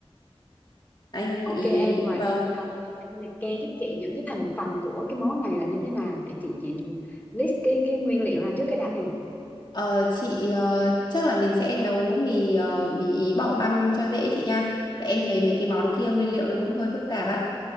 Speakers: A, on the left; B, on the left.
A: Anh
B: Ok
A: ý
B: em rồi,
A: vâng.
B: đầu tiên em liệt kê giúp chị những cái thành phần của cái món này là như thế nào để chị chị list cái cái nguyên liệu ra trước cái đã nè.
A: Ờ, chị ờ, chắc là mình sẽ nấu mì ờ, mì ý bỏ băm cho dễ chị nha. Tại em thấy mấy cái món
B: Rồi,
A: kia nguyên liệu nó cũng hơi phức tạp ạ.